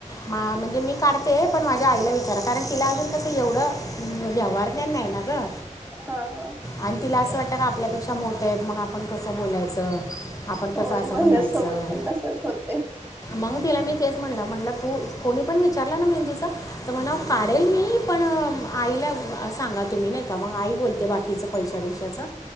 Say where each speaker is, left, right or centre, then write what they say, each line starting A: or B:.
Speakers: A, on the left; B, on the right.
A: म्हणजे मी काढते पण माझ्या आईला विचारा कारण तिला अजून तसं एवढं व्यवहारण्या नाही ना ग
B: हा हा
A: आणि तिला असं वाटत का आपल्यापेक्षा मोठे आहेत मग आपण कसं बोलायचं आपण
B: होय
A: कसं असं
B: माझ्यासोबत
A: म्हणायचं
B: पण तसच होते
A: मग तिला मी तेच म्हणलं म्हटलं तू कोणी पण विचारलं ना मेहंदीचां तर म्हणा काढेल मी पण आईला सांगा तुम्ही नाही का मग आई बोलते बाकीचं पैशा रिशाचं..